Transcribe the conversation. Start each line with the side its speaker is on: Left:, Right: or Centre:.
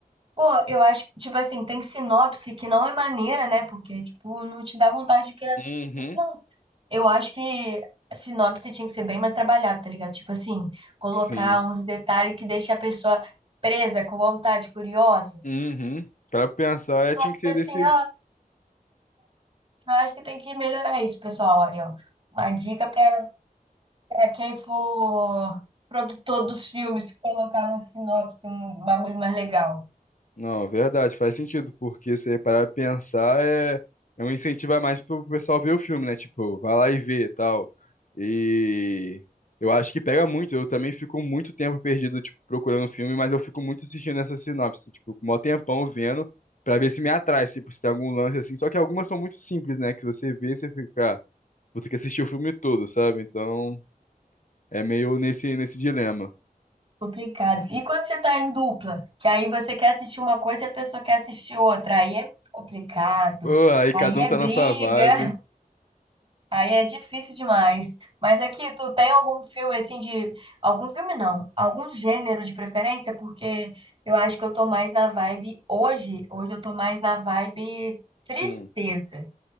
Right: Pô, eu acho que, tipo assim, tem sinopse que não é maneira, né? Porque, tipo, não te dá vontade de querer assistir.
Left: Uhum.
Right: Não. Eu acho que a sinopse tinha que ser bem mais trabalhada, tá ligado? Tipo assim, colocar
Left: Sim.
Right: uns detalhes que deixa a pessoa presa, com vontade, curiosa.
Left: Uhum. Pra pensar,
Right: Sinopse
Left: é, tinha que ser
Right: assim,
Left: desse.
Right: ah, eu acho que tem que melhorar isso, pessoal. Aí, ó, uma dica pra pra quem for produtor dos filmes, colocar na sinopse um bagulho mais legal.
Left: Não, verdade, faz sentido, porque se parar pra pensar, é, é um incentivo a mais pro pessoal ver o filme, né? Tipo, vai lá e vê e tal. E eu acho que pega muito. Eu também fico muito tempo perdido, tipo, procurando filme, mas eu fico muito assistindo essa sinopse, tipo, com o maior tempão vendo, pra ver se me atrai, tipo, se tem algum lance assim. Só que algumas são muito simples, né? Que você vê e você fica, ah, vou ter que assistir o filme todo, sabe? Então, é meio nesse, nesse dilema.
Right: Complicado. E quando você tá em dupla, que aí você quer assistir uma coisa e a pessoa quer assistir outra, aí é complicado.
Left: Pô, aí cada
Right: Aí
Left: um
Right: é
Left: tá
Right: briga.
Left: na sua vibe.
Right: Aí é difícil demais. Mas aqui, tu tem algum filme assim de. Algum filme não, algum gênero de preferência? Porque eu acho que eu tô mais na vibe hoje. Hoje eu tô mais na vibe tristeza.
Left: Hum.